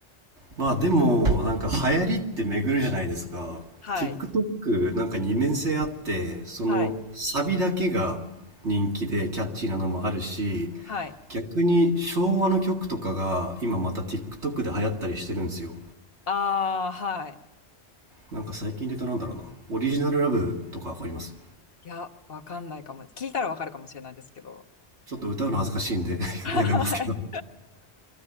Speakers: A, on the right; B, on the left.
A: まあでもなんか流行りって巡るじゃないですか
B: はい。
A: TikTok なんか二面性あってそのサビだけが人気でキャッチーなのもあるし
B: はい。はい。
A: 逆に昭和の曲とかが今また TikTok で流行ったりしてるんですよ
B: ああ、はい。
A: なんか最近で言うとなんだろうなオリジナルラブとかわかります
B: いや、わかんないかも。聞いたらわかるかもしれないですけど。
A: ちょっと歌うの恥ずかしいんで <laughs>
B: はい。
A: やめますけど